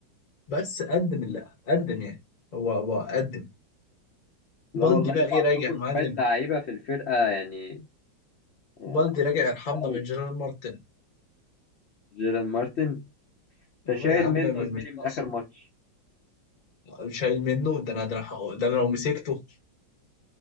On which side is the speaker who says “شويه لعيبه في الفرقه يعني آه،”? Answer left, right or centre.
Left